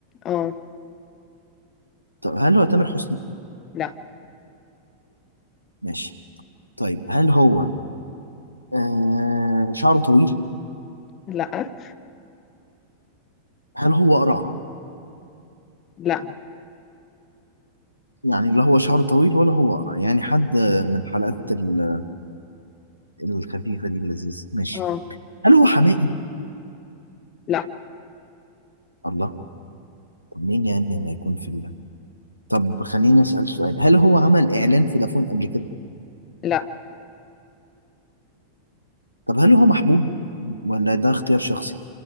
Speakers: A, on the left; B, on the left.
A: اه
B: طب هل هو تامر حسني
A: لا
B: ماشي طيب هل هو آه شعره طويل
A: لا
B: هل هو قرع
A: لا
B: يعني لا هو شعره طويل ولا هو قرع يعني حد من الحلقات ال- الخفيفة دي اللذيذ ماشي
A: اه
B: هل هو حمائي
A: لا
B: الله طب مين يعني ما يكون في الله طب خليني أسأل سؤال هل هو عمل إعلان فودافون قبل كده
A: لا
B: طب هل هو محبوب ولا ده اختيار شخصي